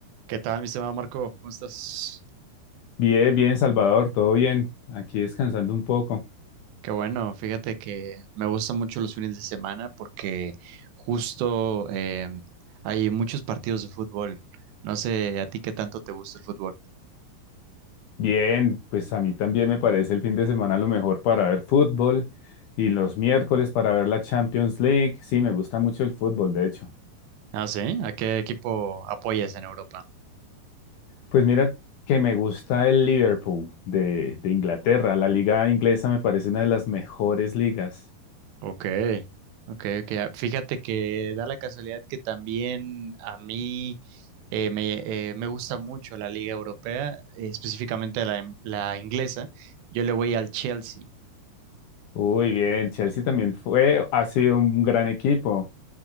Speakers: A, on the right; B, on the left.
A: ¿Qué tal, mi estimado Marco? ¿Cómo estás?
B: Bien, bien, Salvador, todo bien. Aquí descansando un poco.
A: Qué bueno, fíjate que me gustan mucho los fines de semana porque justo em, hay muchos partidos de fútbol. No sé a ti qué tanto te gusta el fútbol.
B: Bien, pues a mí también me parece el fin de semana lo mejor para ver fútbol y los miércoles para ver la Champions League. Sí, me gusta mucho el fútbol, de hecho.
A: Ah, sí, ¿a qué equipo apoyas en Europa?
B: Pues mira que me gusta el Liverpool de, de Inglaterra. La liga inglesa me parece una de las mejores ligas.
A: Ok, ok, ok. Ah, Fíjate que da la casualidad que también a mí eh, me, eh, me gusta mucho la Liga Europea, eh, específicamente la, la inglesa. Yo le voy al Chelsea.
B: Uy, bien, Chelsea también fue, ha sido un gran equipo.